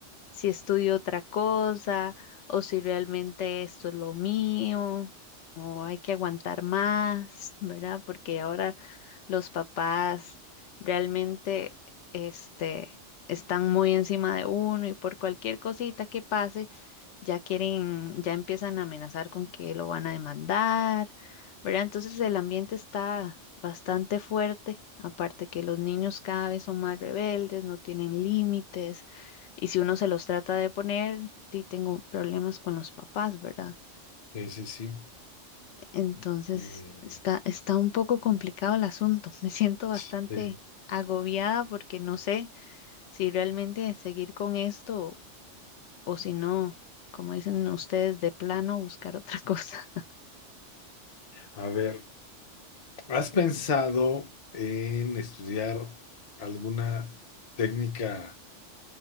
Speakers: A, on the left; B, on the left.
A: si estudio otra cosa o si realmente esto es lo mío o hay que aguantar más, ¿verdad? Porque ahora los papás realmente este, están muy encima de uno y por cualquier cosita que pase ya quieren, ya empiezan a amenazar con que lo van a demandar, ¿verdad? Entonces el ambiente está bastante fuerte, aparte que los niños cada vez son más rebeldes, no tienen límites, y si uno se los trata de poner, sí tengo problemas con los papás, ¿verdad?
B: sí, sí, sí.
A: Entonces
B: Mm,
A: está, está un poco complicado el asunto, <laughs> me siento bastante
B: sí.
A: agobiada porque no sé si realmente seguir con esto o si no, como dicen ustedes, de plano buscar otra <laughs> cosa.
B: A ver, ¿has pensado en estudiar alguna técnica,